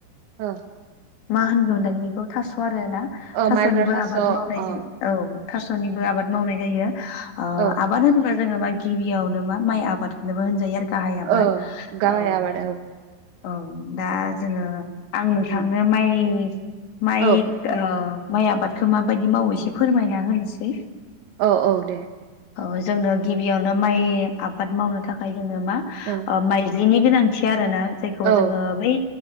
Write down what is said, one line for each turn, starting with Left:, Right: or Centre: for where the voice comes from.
Right: ओ
Left: मा होनगोन बेखौ थास'आ <unintelligible>
Right: ओ
Left: थासनिबो
Right: माइब्रा थास'
Left: आबाद
Right: अ
Left: मावनाय जायो औ थासनिबो आबाद मावनाय जायो अ
Right: औ
Left: आबाद होनोब्ला जोंङो गिबियावनो मा माइ आबादखौनोबो होनजायो आरो गाहाय आबाद
Right: औ गाहाय
Left: औ
Right: आबाद औ
Left: औ दा जोंङो आं नोंथांनो
Right: उम
Left: माइ माइ
Right: औ
Left: ओ माइ आबादखौ माबायदि मावो एसे फोरमायना होनोसै।
Right: औ औ दे
Left: औ जोंनो गिबियावनो माइ आबाद मावनो थाखाय जोंङो मा
Right: ओं
Left: ओ माइ ज्लिनि गोनांथि आरो ना जायखौ
Right: औ
Left: जोंङो बै